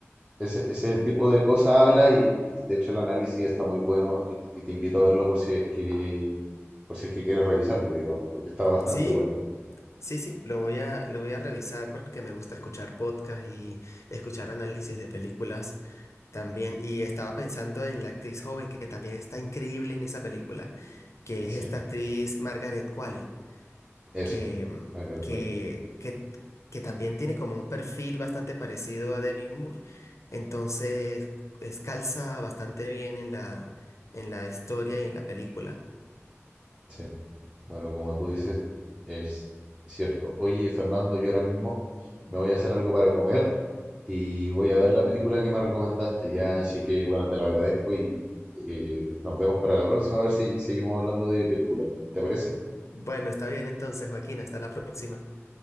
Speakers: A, on the right (about 20°); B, on the left (about 75°).
A: Ese, ese tipo de cosas habla y, y, de hecho el análisis está muy bueno y, y te invito a verlo por si es que por si es que quieres revisarlo, digamos, porque está bastante
B: Sí,
A: bueno.
B: sí, sí. Lo voy a, lo voy a revisar porque me gusta escuchar podcasts y escuchar análisis de películas también. Y estaba pensando en la actriz joven que también está increíble en esa película. que
A: Sí,
B: es esta actriz Margaret Qualley,
A: eso,
B: que, mm,
A: Michael
B: que,
A: Quali.
B: que, que también tiene como un perfil bastante parecido a Demi Moore, entonces es- calza bastante bien en la, en la historia y en la película.
A: Sí. Bueno, como tú dices, es cierto. Oye, Fernando, yo ahora mismo me voy a hacer algo para comer y voy a ver la película que me recomendaste ya, así que bueno, te lo agradezco y eh, nos vemos para la próxima a ver si seguimos hablando de películas. ¿Te parece?
B: Bueno, está bien entonces, Joaquín, hasta la próxima.